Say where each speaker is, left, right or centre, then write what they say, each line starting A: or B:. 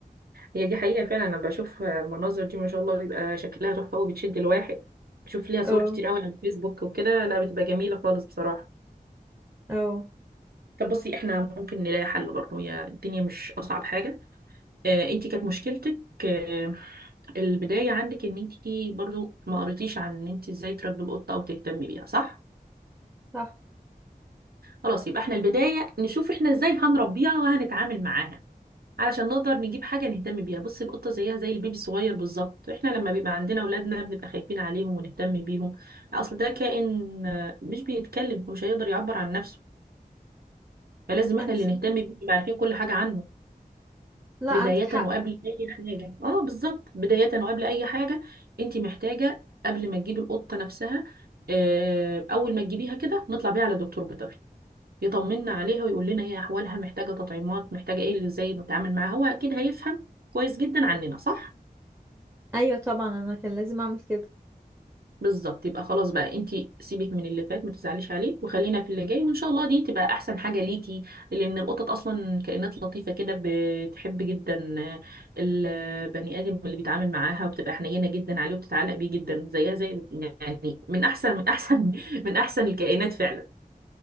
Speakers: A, on the right; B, on the right.
A: هي دي حقيقة فعلا أنا بشوف المناظر دي ما شاء الله بيبقى شكلها تحفة وبتشد الواحد بشوف ليها صور
B: اه
A: كتير قوي على الفيسبوك وكده لا بتبقى جميلة خالص بصراحة
B: اه
A: طب بصي احنا ممكن نلاقي حل برضه هي الدنيا مش أصعب حاجة اه انتي كانت مشكلتك اه البداية عندك ان انتي برضه ما قريتيش عن ان انتي ازاي تربي القطة أو تهتمي بيها صح؟
B: صح
A: خلاص يبقى احنا البداية نشوف احنا ازاي هنربيها وهنتعامل معاها علشان نقدر نجيب حاجة نهتم بيها بص القطة زيها زي البيبي الصغير بالظبط واحنا لما بيبقى عندنا اولادنا بنبقى خايفين عليهم ونهتم بيهم اصل ده كائن آه، مش بيتكلم ومش هيقدر يعبر عن نفسه فلازم
B: ما
A: احنا
B: انت
A: اللي نهتم بيه نبقى عارفين كل حاجة عنه
B: لا
A: بداية
B: عندك حق
A: وقبل اي حاجة اه بالظبط بداية وقبل اي حاجة انت محتاجة قبل ما تجيبي القطة نفسها آه، اول ما تجيبيها كده نطلع بيها على دكتور بيطري يطمنا عليها ويقول لنا هي احوالها محتاجه تطعيمات محتاجه ايه اللي ازاي نتعامل معاها هو اكيد هيفهم كويس جدا عننا صح
B: ايوه طبعا انا كان لازم اعمل كده
A: بالظبط يبقى خلاص بقى انت سيبك من اللي فات ما تزعليش عليه وخلينا في اللي جاي وان شاء الله دي تبقى احسن حاجه ليكي لان القطط اصلا كائنات لطيفه كده بتحب جدا البني ادم اللي بيتعامل معاها وبتبقى حنينه جدا عليه وبتتعلق بيه جدا زيها زي يعني من احسن من احسن <laughs> من احسن الكائنات فعلا